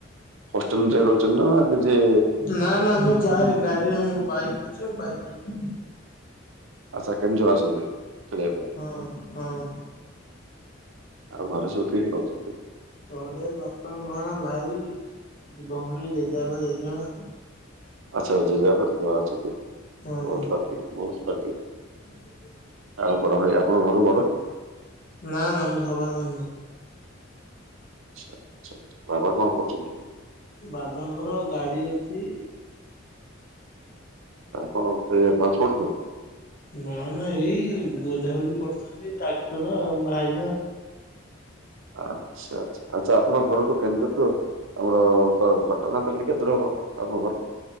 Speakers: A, on the right (about 90°); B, on the left (about 45°).
A: ହଷ୍ଟେଲ ରହୁଛନ୍ତି ନା ନିଜେ
B: ନା ନା ମୁଁ ଗାଡିରେ ମୁଁ ବାଇକ୍ ଅ ସେ ବାଇକ ଯାଏ।
A: ଆଛ କେଉଁଝର ଆସନ୍ତି। ଖେଳିବା ପାଇଁ
B: ହଁ ହଁ
A: ଆଉ ଘରେ ସବୁ କିଏ କିଏ ରହୁଛନ୍ତି?
B: ଘରେ ବାପା, ମା, ଭାଇ, ଭଉଣୀ, ଜେଜେ ବାପା, ଜେଜେମା।
A: ଆଛ ଜେଜେ ବାପା ଜେଜେ ମା ଅଛନ୍ତି
B: ହଁ
A: ବହୁତ ଲକି ବହୁତ ଲକି।
B: <inaudible>
A: ଆଉ ବଡ ଭାଇ ଆପଣ ଘର ବଡ କି?
B: ନା ନା ମୁଁ ସବା ସାନ
A: ଆଛା ଆଛା ବାବା କଣ କରୁଛନ୍ତି?
B: ବାବାଙ୍କର ଗାଡି ଅଛି।
A: କଣ ଟ୍ରାନ୍ସପୋଟନ
B: ନା ନା ଏଇ ବୁଝାବୁଝି କରୁଛନ୍ତି ଏଇ ଟ୍ରାକ୍ଟର ଆଉ ହାଇବା
A: ଆଚ୍ଛା ଆଛା ଆଚ୍ଛା ଆପଣଙ୍କ ଘର ତ କେଉଁଝର ଠୁ ଆମର ତ ଘଟଗାଁ ତ କେଦ୍ର ହବ ଆପଣଙ୍କ ଘରଠୁ